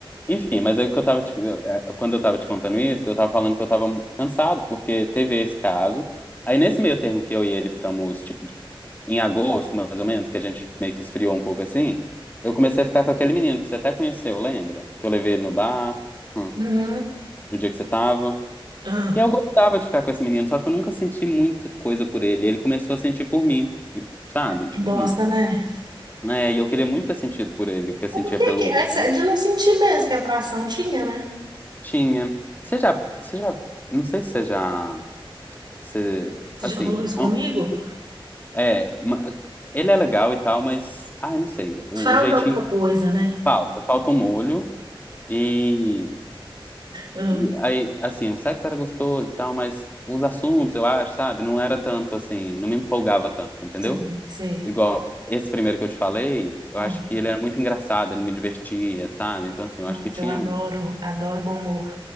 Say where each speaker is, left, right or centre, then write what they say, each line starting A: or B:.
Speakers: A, on the left; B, on the right.
A: Enfim, mas aí o que eu tava. te- eh, Quando eu tava te contando isso, eu tava falando que eu tava cansado, porque teve esse caso. Aí nesse meio termo que eu e ele ficamos, tipo, de- em agosto, mais ou menos, que a gente meio que esfriou um pouco assim, eu comecei a ficar com aquele menino que você até conheceu, lembra? Que eu levei ele no bar, hum,
B: Uhum.
A: no dia que você tava.
B: ah,
A: E eu gostava de ficar com esse menino, só que eu nunca senti muita coisa por ele. Ele começou a sentir por mim, e- sabe?
B: que bosta,
A: Hum.
B: né?
A: É, e eu queria muito ter sentido por ele, o que eu sentia
B: Por que
A: pelo
B: que...
A: outro.
B: É de não sentir mesmo que a atração tinha, né?
A: Tinha. Você já, você já, não sei se você já, você,
B: Você
A: assim,
B: já rolou isso comigo?
A: não- é, ma- ele é legal e tal, mas, ai, não sei, o,
B: Falta
A: o jeitinho
B: alguma coisa, né?
A: falta, falta um molho e,
B: Ah,
A: e aí, assim, o sexo era gostoso e tal, mas os assuntos, eu acho, sabe, não era tanto assim, não me empolgava tanto, entendeu?
B: sei, sei.
A: Igual esse primeiro que eu te falei, eu
B: Ah,
A: acho que ele era muito engraçado, ele me divertia, sabe? Então, assim, eu
B: nossa,
A: acho que tinha
B: eu adoro,
A: um.
B: adoro bom humor.